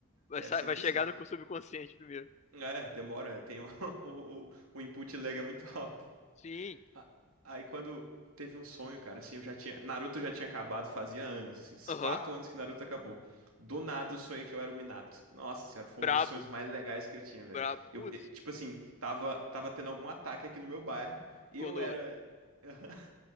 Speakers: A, on the left; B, on the right.
A: Vai,
B: É sempre
A: vai chegar
B: assim.
A: no subconsciente primeiro.
B: É, demora, tem um- <laughs> o, o, o input lag é muito alto.
A: Sim.
B: A- Aí quando teve um sonho, cara, assim, eu já tinha. Naruto já tinha acabado fazia anos, assim, esses
A: Aham.
B: quatro
A: Uhum.
B: anos que Naruto acabou. Do nada eu sonhei que eu era o Minato. Nossa senhora, foi
A: Brabo.
B: um dos sonhos mais legais que eu tinha, velho.
A: Brabo. Putz,
B: Eu, eh, tipo assim, tava, tava tendo algum ataque aqui no meu bairro. Eu
A: Konoha.
B: era. <laughs>